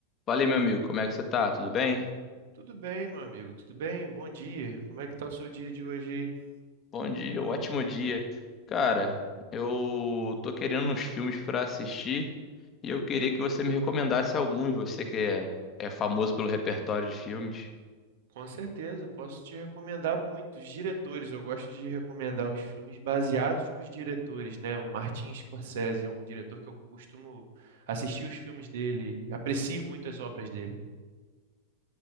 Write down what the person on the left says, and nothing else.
Valeu, meu amigo. Como é que você tá? Tudo bem?
Bom dia, ótimo dia. Cara, eu tô querendo uns filmes pra assistir e eu queria que você me recomendasse alguns. Você que é, é famoso pelo repertório de filmes.